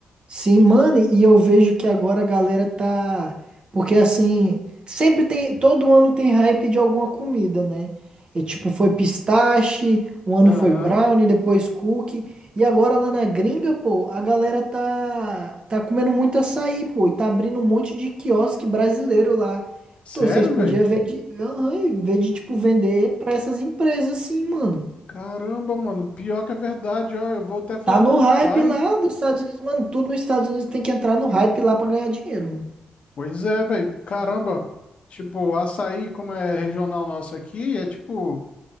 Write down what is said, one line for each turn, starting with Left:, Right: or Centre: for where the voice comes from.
Right: Sim, mano, e eu vejo que agora a galera tá. Porque assim, sempre tem. Todo ano tem hype de alguma comida, né? E tipo, foi pistache, um ano
Left: Aham.
Right: foi brownie, depois cookie. E agora lá na gringa, pô, a galera tá. Tá comendo muito açaí, pô. E tá abrindo um monte de quiosque brasileiro lá.
Left: Sério,
Right: Então, vocês podiam
Left: velho?
Right: ver de. Aham, ver de, tipo, vender pra essas empresas, assim, mano.
Left: Caramba, mano, pior que é verdade, ó. Eu vou até falar
Right: Tá no
Left: com meu
Right: hype
Left: pai.
Right: lá dos Estados Unidos, mano. Tudo nos Estados Unidos tem que entrar no hype lá pra ganhar dinheiro, mano.
Left: Pois é, velho. Caramba, tipo, açaí, como é regional nosso aqui, é tipo,